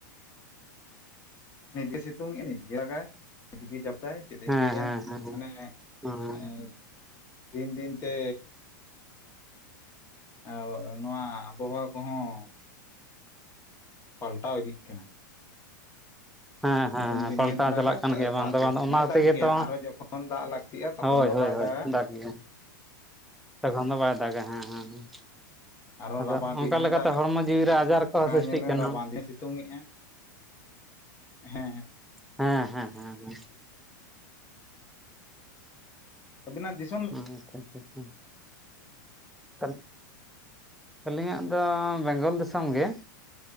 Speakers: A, on the left; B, in the centre.
A: ᱱᱤᱛ ᱜᱮ ᱥᱤᱛᱩᱝᱜ ᱜᱮ ᱱᱤᱛ ᱜᱮ ᱫᱟᱜᱟᱭ ᱱᱤᱛ ᱜᱮ ᱡᱟᱯ ᱫᱟᱭ ᱪᱮᱫ
B: ᱦᱮᱸ
A: <unintelligible>
B: ᱦᱮᱸ ᱦᱮᱸ
A: ᱢᱟᱱᱮ
B: ᱦᱮᱸ
A: ᱮᱸᱻ ᱫᱤᱱ ᱫᱤᱱ ᱛᱮ ᱟᱣᱚᱜ ᱱᱚᱣᱟ ᱟᱵᱚᱦᱟᱣᱟ ᱠᱚᱦᱚᱸ ᱯᱟᱞᱴᱟᱣ ᱤᱫᱤᱜ ᱠᱟᱱᱟ
B: ᱦᱮᱸ
A: ᱥᱤᱛᱩᱝ
B: ᱦᱮᱸ ᱦᱮᱸ
A: ᱫᱤᱱ
B: ᱯᱟᱞᱴᱟᱣ
A: ᱦᱚᱭ ᱫᱟᱜᱟ
B: ᱪᱟᱞᱟᱜ ᱠᱟᱱ ᱜᱮᱭᱟ ᱵᱟᱝ
A: ᱫᱟᱜ
B: ᱫᱚ
A: ᱫᱤᱱ
B: ᱵᱟᱝ ᱱᱚᱜ ᱚᱱᱟ
A: ᱢᱟᱭ ᱫᱟᱜ
B: ᱛᱮᱜᱮ
A: ᱜᱮᱭᱟ
B: ᱛᱚ
A: ᱟᱨᱦᱚᱸ ᱡᱚᱠᱷᱚᱱ ᱫᱟᱜ ᱞᱟᱹᱠᱛᱤᱜᱼᱟ ᱛᱚᱠᱷᱚᱱ
B: ᱦᱳᱭ
A: ᱫᱚ
B: ᱦᱳᱭ
A: ᱵᱟᱭ
B: ᱦᱳᱭ
A: ᱫᱟᱜᱟ
B: ᱫᱟᱜ ᱜᱮᱭᱟ ᱛᱚᱠᱷᱚᱱ ᱫᱚ ᱵᱟᱭ ᱫᱟᱠᱼᱟ ᱦᱮᱸ ᱦᱮᱸ ᱦᱮᱸ
A: ᱟᱨᱦᱚᱸ
B: ᱟᱫᱚ
A: ᱨᱟᱵᱟᱝ
B: ᱚᱱᱠᱟ
A: ᱫᱤᱱ ᱦᱚᱭ
B: ᱞᱮᱠᱟᱛᱮ
A: ᱫᱟᱜᱟ
B: ᱦᱚᱲᱢᱚ ᱡᱤᱣᱤ ᱨᱮ ᱟᱡᱟᱨ ᱠᱚᱦᱚᱸ
A: ᱵᱟᱠᱷᱟᱱ
B: ᱥᱤᱥᱴᱤᱜ
A: ᱧᱮᱞ ᱢᱮ
B: ᱠᱟᱱᱟ
A: ᱨᱟᱵᱟᱝ ᱫᱤᱱ ᱥᱤᱛᱩᱝ ᱮᱜ ᱟ ᱦᱮᱸ ᱦᱮᱸ
B: ᱦᱮᱸ ᱦᱮᱸ ᱦᱮᱸ ᱦᱮᱸ
A: ᱟᱵᱤᱱ ᱟᱜ ᱫᱤᱥ
B: <unintelligible> ᱟᱹᱞᱤᱧᱟᱜ ᱫᱚ ᱵᱮᱝᱜᱚᱞ ᱫᱤᱥᱚᱢ ᱜᱮ